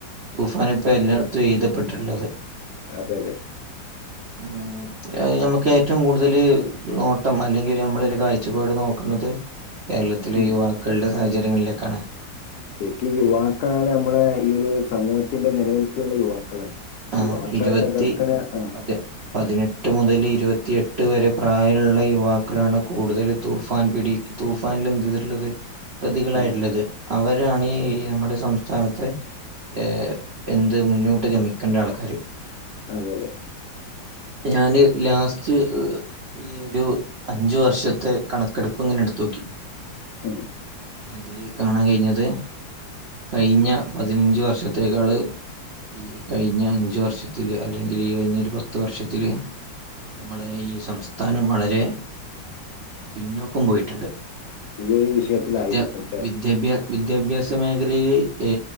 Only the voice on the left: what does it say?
അതെ അതെ <unintelligible>
ഉം
ശരിക്ക് യുവാക്കളാണ് നമ്മളെ ഈ ഒരു സമൂഹത്തിന്റെ നിലനിൽപ്പ് തന്നെ യുവാക്കളാണ്
യുവാക്കളെ
തകർക്കണ ആ
ഉം
അതെ യതെ
ഉം
ഈ ഒരു വിഷയത്തിലായിരിക്കും
ലെ.